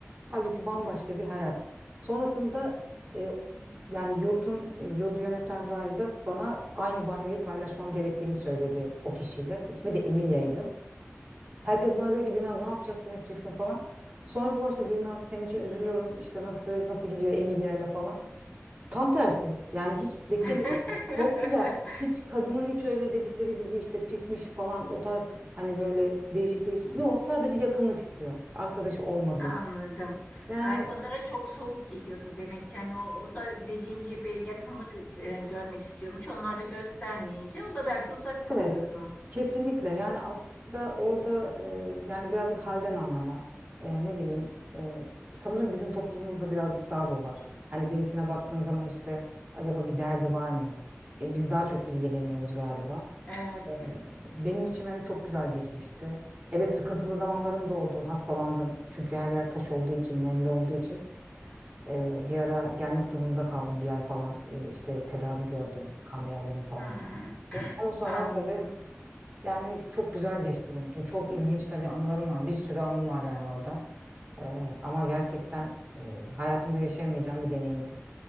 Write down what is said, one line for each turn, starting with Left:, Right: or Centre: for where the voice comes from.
Right: halbuki bambaşka bir hayat. Sonrasında e, yani yurtun yurdu yöneten rahibe bana aynı banyoyu paylaşmam gerektiğini söyledi o kişiyle. İsmi de Emilya'ydı. Herkes bana dedi ki biraz ne yapacaksın edeceksin falan. Sonra bir başta biraz senin için üzülüyorum işte nasıl nasıl gidiyor Emilya'yla falan. Tam tersi. Yani hiç beklemedim.
Left: <laughs>
Right: Çok güzel. Hiç kadının hiç öyle dedikleri gibi işte pismiş falan o tarz hani böyle değişik değişik. Yok sadece yakınlık istiyor. Arkadaşı olmadığı
Left: Anladım.
Right: için. Yani
Left: Ay, onlara çok soğuk geliyordu demek ki. Hani o, o da dediğin gibi yakınlık e, görmek istiyormuş. Onlar da göstermeyince o da belki uzak kalıyordu.
Right: evet kesinlikle yani aslında orada e, yani birazcık halden anlama E, ne bileyim e, sanırım bizim toplumumuzda birazcık daha bu var. Hani birisine baktığın zaman işte acaba bir derdi var mı? E, biz daha çok ilgileniyoruz galiba.
Left: Evet.
Right: Ee, Benim için hani çok güzel geçmişti. Evet sıkıntılı zamanlarım da oldu. Hastalandım. Çünkü her yer taş olduğu için, nemli olduğu için. Ee, bir ara gelmek durumunda kaldım bir ay falan. Ee, işte tedavi gördüm. Kan değerlerim falan
Left: Hmm.
Right: çok
Left: <clears throat>
Right: düştü. Ama sonra
Left: Anladım.
Right: tabii yani çok güzel geçti benim için. Çok ilginç tabii anılarım var. Bir sürü anım var yani orada. Ee, ama gerçekten e, hayatımda yaşayamayacağım bir deneyimdi.